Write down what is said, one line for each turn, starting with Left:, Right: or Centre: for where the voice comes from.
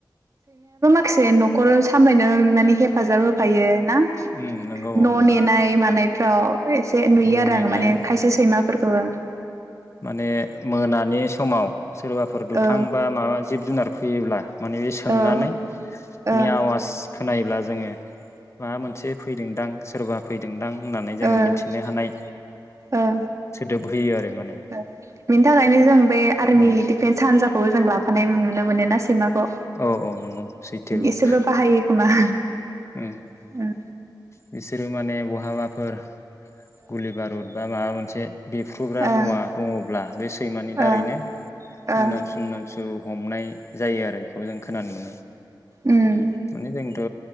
Right: खासे न'खर सामलायनो माने हेफाजाब होफायो। ना
Left: उम नंगौ
Right: न'
Left: औ नंगौ
Right: नेनाय मानायफ्राव एसे नुयो आरो
Left: न' नेनाय
Right: आं माने खायसे सैमा फोरखौबो
Left: माने मोनानि समाव सोरबा फोर दुथांबा
Right: ओ
Left: माबा जिब जुनार फैयोब्ला माने सोंनानै
Right: औ ओ
Left: बिनि
Right: ओ
Left: आवास खोनायोब्ला जोङो माबा मोनसे फैदोंदां सोरबा फैदोंदां होननानै जोङो
Right: ओ
Left: मिथिनो हानाय
Right: ओ
Left: दोबहोयो आरो माने।
Right: बेनि थाखायनो जों बे आर्मि
Left: उम
Right: डिफेन्स हान्जाखौबो जों लाफानाय मोनो। नुनो मोनोना? सैमाखौ
Left: औ औ नंगौ सैथो औ
Right: इसोबो बाहायो खोमा।
Left: उम
Right: ओ
Left: बिसोरो माने बहाबाफोर गुलि बारुद बा माबा मोनसे ए बेफ्रुग्रा
Right: ओ
Left: मुवा दङब्ला बे सैमानि दारैनो
Right: ओ ओ
Left: मोनामसु मोनामसु औ हमनाय जायो आरो बेखौ जों खोनानो मोनो
Right: उम
Left: माने जोंथ'